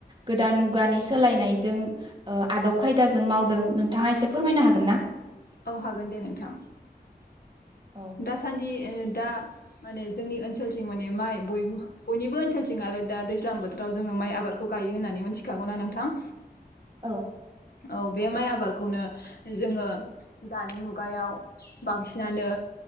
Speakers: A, on the right (about 30°); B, on the left (about 65°).
A: गोदान मुानि सोलायनायजों आदब खायदाजों मावदों नोंथांङा एसे फोरमायनो हागोन ना
B: औ हागोन दे नोंथां
A: औ
B: दासान्दि दा माने जोंनि ओनसोलथिं माने माइ बयनिबो ओनसोलथिं आरो दा दैज्लां बोथोराव जोंङो माइ आबादखौ ग यो होननानै मिथिखागौना नोंथां
A: औ
B: औ बे माइ आबादखौनो जोंङो दानि मुगायाव बांसिनानो